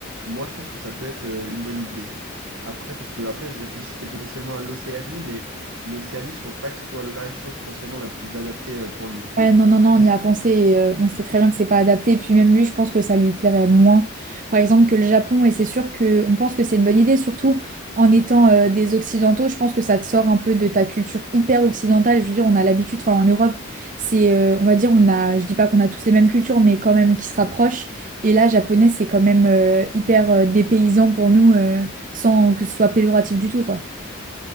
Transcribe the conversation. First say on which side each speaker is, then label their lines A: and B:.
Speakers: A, on the right; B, on the right.
A: moi, je pense que ça peut être euh, une bonne idée. Après, parce que après, je réfléchissais potentiellement à l'Océanie, mais l'Océanie, je pense pas que ce soit la chose potentiellement la plus adaptée euh, pour lui.
B: Ouais, non, non, non, on y a pensé et euh, on sait très bien que c'est pas adapté. Et puis même lui, je pense que ça lui plairait moins, par exemple, que le Japon. Et c'est sûr que on pense que c'est une bonne idée, surtout en étant euh, des Occidentaux. Je pense que ça te sort un peu de ta culture hyper occidentale. Je veux dire, on a l'habitude, enfin en Europe, c'est, euh, on va dire, on a, je dis pas qu'on a tous les mêmes cultures, mais quand même qui se rapprochent. Et là, japonais, c'est quand même euh, hyper euh, dépaysant pour nous, euh, sans que ce soit péjoratif du tout, quoi.